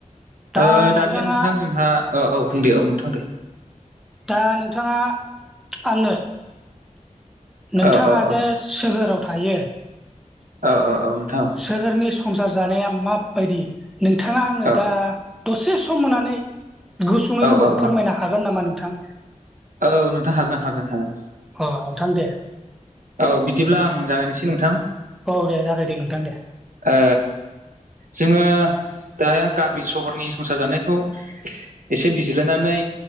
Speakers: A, in the centre; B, on the right.
A: दा
B: ओ दानिया
A: नोंथाङा
B: नोंथां जोंहा औ औ बुं दे औ नोंथां दे।
A: दा नोंथाङा आंनो नोंथाङा
B: औ औ औ
A: जे सोहोराव थायो
B: ओ ओ औ नोंथां औ।
A: सोहोरनि संसार जानाया माबायदि नोंथाङा आंनो
B: औ
A: दा दसे सम होनानै गुसुङैबाबो
B: औ औ
A: फोरमायनो
B: औ
A: हागोन नामा नोंथां?
B: औ नोंथां हागोन हागोन हागोन।
A: अ नोंथां दे
B: औ बिदिब्ला आं जागायनोसै नोंथां।
A: औ दे जागाय दे नोंथां दे।
B: ओ जोङो दा गामि स सहरनि संसार जानायखौ एसे बिजिरलायनानै